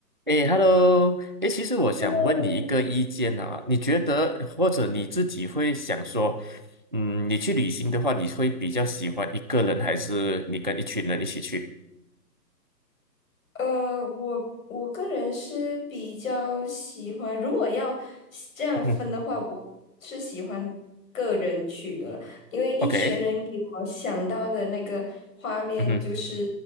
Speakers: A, on the right; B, on the left.
A: 诶 h e l l o 诶，其实我想问你一个意见啊，
B: Hello，
A: 你觉得或者你自己会想说，嗯，你去旅行的话，你会比较喜欢一个人，还是你跟一群人一起去？
B: 呃，我我个人是比较喜欢，如果要这样分的话，
A: 嗯
B: 我是喜欢个人去的，因为一群人给我想到的那个画面就是
A: ，OK，嗯哼